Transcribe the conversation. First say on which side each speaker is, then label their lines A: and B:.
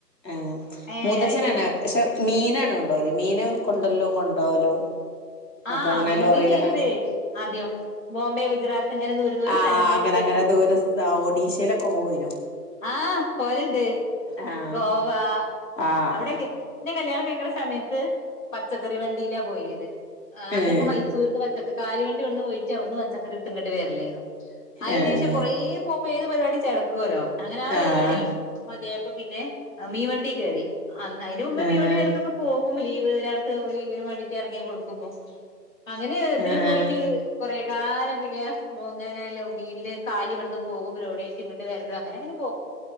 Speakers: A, on the left (about 75°); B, on the left (about 50°).
A: ആ
B: ഏഹ്
A: മുത്തച്ഛനെണ്
B: അത് ശരി
A: പക്ഷേ മീനാണ് കൊണ്ടാവല് മീന് കൊണ്ടരല്ലും കൊണ്ടോവലും അതെ
B: ആഹ്
A: അങ്ങനൊലും
B: മീൻവണ്ടീലേനിത്
A: ലോറില്ല ആ
B: ആദ്യം ബോംബെ ഗുജറാത്ത് ഇങ്ങനെ ദൂരെ ദൂരെ
A: ആ
B: സ്ഥലങ്ങളിൽ
A: അങ്ങനെങ്ങനെ
B: പോവും
A: ദൂര ഒഡീഷയിലൊക്കെ പോവുനു
B: ആ പോവലുണ്ട്
A: ആഹ്
B: ഗോവ
A: ആഹ്
B: അവിടെൊക്കെ ഇന്നെ കല്യാണം കഴിക്കുന്സമയത്ത് പച്ചക്കറി വണ്ടിയില പോയിത് അന്നൊക്കെ
A: ഏഹ്
B: മൈസൂര് ന്ന് കാലരി വണ്ടി ഇവിടെന്ന് പോയിട്ട് അവിടുന്ന് പച്ചക്കറി എടുത്തിങ്ങിട്ട് വരല്ലേരുന്നു അതിനന്
A: ഏഹ്
B: ശേഷം കൊറേ പോ ഇ ഏത് പരിപാടി ചേടക്കുവല്ലോ അങ്ങനെ ആ പരിപാടി
A: ആഹ്
B: മതിയപ്പ പിന്നെ മീൻവണ്ടി കയറി അന്ന് അതിന് മുമ്പേ
A: ആഹ്
B: മീൻ വണ്ടിയിലെ പോകുംലീവ് ഒരാൾക്ക് ലീവിന് വേണ്ടിയിട്ട് ഇറങ്ങി കൊടുക്കുമ്പോ അങ്ങനെ ഇതില്
A: ആഹ്
B: പോയിട്ട് കൊറെ കാലം പിന്നെ അങ്ങന അങ്ങനല്ലോ മീനില് കാലി ഇവിടന്ന് പോകുമ്പോടേച്ചി ഇങ്ങോട്ട് വരല്ലോ അങ്ങനെ അങ്ങനെ പോ